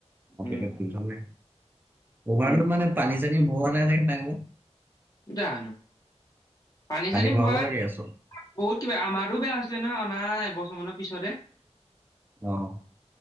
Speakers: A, on the left; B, on the right.
A: উম
B: টেনচন নাই কভাৰটো
A: উম
B: মানে পানী ছানি ভৰোৱা নাই নে টাইমত
A: যানো পানী চানী
B: ভৰাব
A: ভৰাই
B: লাগে চব।
A: বহুত কিবা আমাৰোটো বেয়া হৈছিলে নহয় অনা এবছৰ মানৰ পিছতে
B: অহ'